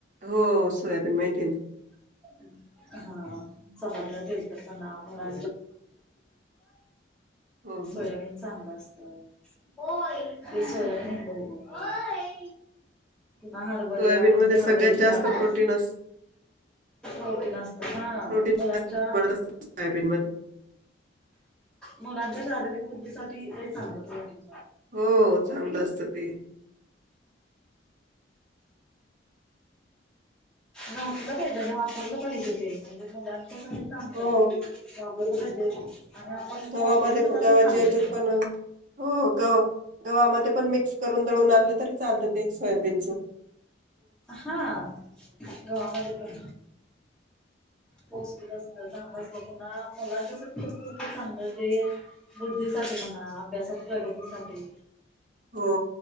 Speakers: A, on the right; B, in the centre.
A: हो सोय पण माहिती आहे ना,
B: हा चपाती चा तेलकट पणा,
A: हो
B: सोयाबीन
A: हो
B: चांगलं असत. ते सोयाबीन हेकड उगवता, ना हरभरी
A: सोयाबीन
B: आपण
A: मध्ये
B: जे
A: सगळ्यात
B: हरभऱ्याची
A: जास्त
B: डाळ कर,
A: प्रोटीन असत
B: होती नसत ह
A: प्रोटीन
B: मुलांच्या
A: बनत असतं सोयाबीन मध्ये
B: मुलांच्या शारीरिक बुद्धीसाठीठी काही सांगत राटतील
A: हो चांगलं असतं ते
B: घातलं पाहिजे आणि वापरलं पाहिजे ते म्हणजे मुलां पण चांगलंय
A: हो
B: वापरलं पाहिजे आणि आपण
A: गव्हामध्ये
B: मोठ्याने सुद्धा
A: गव्हाच्या
B: ते खाल्लं
A: याच्यात
B: पाहिजे.
A: पण हो गव गववा्हामध्ये पण मिक्स करून दळून आणलं तरी चालतं ते सोयाबीनच
B: हा गवामध्ये पण पोस्टसत चांगलं पुन्हा मुलां सांगलं ज बुद्धीसाठी म्हणा अभ्यासात प्रगती कते
A: हो